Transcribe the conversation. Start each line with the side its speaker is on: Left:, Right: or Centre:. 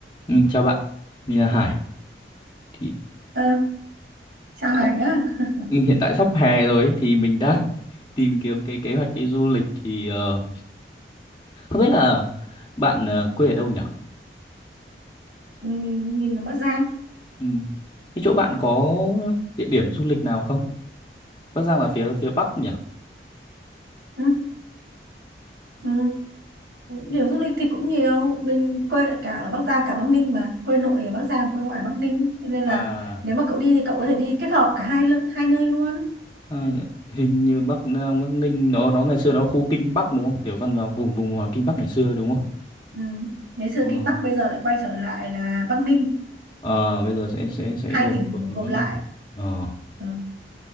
Left: Ừ, chào bạn, mình là Hải. Thì hiện
Right: Ờ, chào Hải
Left: tại,
Right: nhá. <laughs>
Left: ừ, hiện tại sắp hè rồi ấy, thì mình đang <laughs> tìm kiếm cái kế hoạch đi du lịch thì ờ, không biết là bạn ờ, quê ở đâu nhỉ?
Right: Ừ, Mình ở Bắc Giang.
Left: Ừ. Cái chỗ bạn có địa điểm du lịch nào không? Bắc Giang là phía phía Bắc nhỉ?
Right: Ừ. Ừ, điểm du lịch thì cũng nhiều. Mình quê cả ở Bắc Giang cả Bắc Ninh mà. Quê nội ở Bắc Giang, quê ngoại Bắc Ninh. Cho nên
Left: À,
Right: là nếu mà cậu đi thì cậu có thể đi kết hợp cả hai lự- hai nơi luôn.
Left: hai hình như Bắc Giang, Bắc Ninh nó nó ngày xưa nó khu Kinh Bắc đúng không? Kiểu văn vào vùng vùng Kinh Bắc ngày xưa đúng không?
Right: Ừ. Ngày xưa
Left: Ờ,
Right: Kinh Bắc bây giờ lại quay trở lại là Bắc Ninh.
Left: Ờ, bây giờ sẽ sẽ sẽ
Right: Hai
Left: gồm
Right: tỉnh
Left: của thành
Right: gộp
Left: Bắc
Right: lại.
Left: Ninh. Ờ.
Right: Ừ.